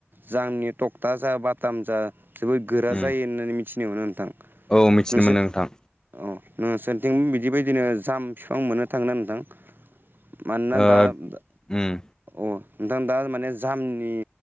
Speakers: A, on the right; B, on the left.
A: जाङनि टक्टा जा बाटाम जा जोबोद गोरा
B: उम
A: जायो होननानै मिथिनो मोनो नोंथां।
B: औ मिथिनो
A: नोंसोर
B: मोनो नोंथां।
A: अ न सोरोरथिं बिदिबायदिनो जाम फिफां मोननो थांगोना नोंथां? मानना
B: ओ
A: दा अ
B: उम
A: नोंथां दा माने जामनि